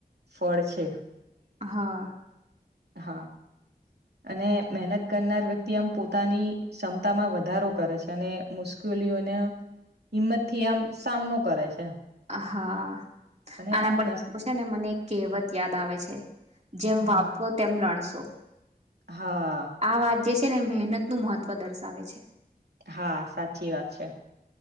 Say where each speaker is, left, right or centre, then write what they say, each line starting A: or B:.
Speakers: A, on the right; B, on the right.
A: ફળ છે.
B: હા.
A: હા. અને મહેનત કરનાર વ્યક્તિ આમ પોતાની ક્ષમતામાં વધારો કરે છે અને મુશ્કેલી. હિંમત થી આમ સામનો કરે છે.
B: હા
A: અને
B: આના
A: આમ નસ
B: ઉપર છે ને મને કહેવત યાદ આવે છે. જેમ
A: હા
B: વાવશો તેમ લણશો.
A: હા.
B: આ વાત જે ને મહેનત નું મહત્વ દર્શાવે છે.
A: હા સાચી વાત છે.